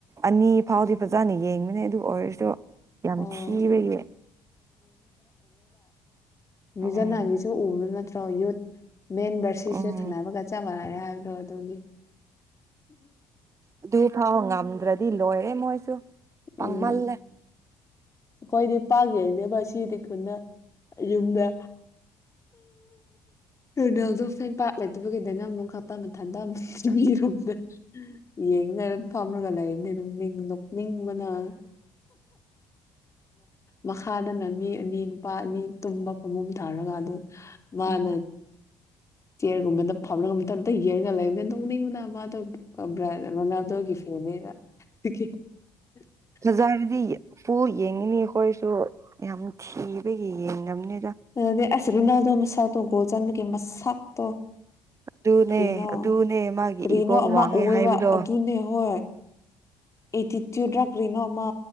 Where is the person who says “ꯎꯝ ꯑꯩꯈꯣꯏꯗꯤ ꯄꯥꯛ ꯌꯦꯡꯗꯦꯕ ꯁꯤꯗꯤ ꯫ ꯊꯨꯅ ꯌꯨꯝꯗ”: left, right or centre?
Left